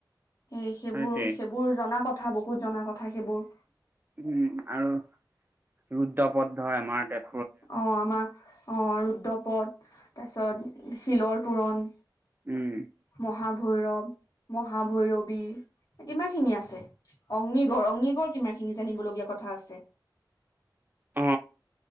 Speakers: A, on the left (about 55°); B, on the right (about 25°).
A: এ সেইবোৰ
B: সেইটোৱে
A: সেইবোৰ জনা কথা বহুত জনা কথা সেইবোৰ
B: উম আৰু <unintelligible> হয় আমাৰ তে
A: অ' আমাৰ অ' ৰুদ্ৰপদ তাৰপিছত শিলৰ তোৰণ
B: উম,
A: মহাভৈৰৱ, মহাভৈৰৱী কিমান খিনি আছে। অগ্নিগড় অগ্নিগড় কিমান খিনি জানিবলগীয়া কথা আছে।
B: অ,